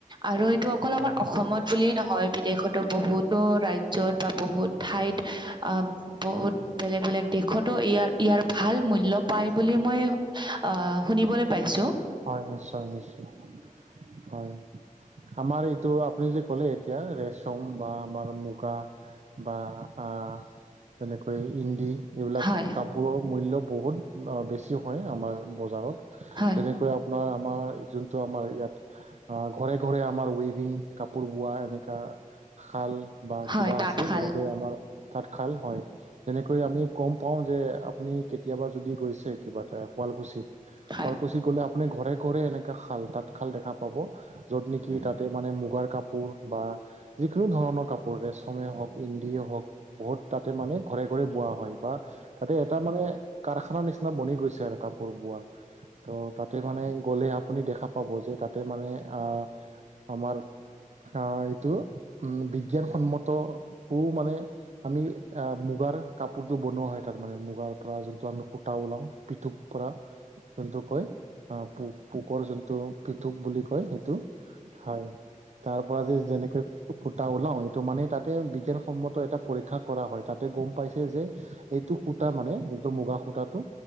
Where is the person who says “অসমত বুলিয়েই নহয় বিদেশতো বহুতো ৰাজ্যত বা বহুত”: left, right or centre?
Right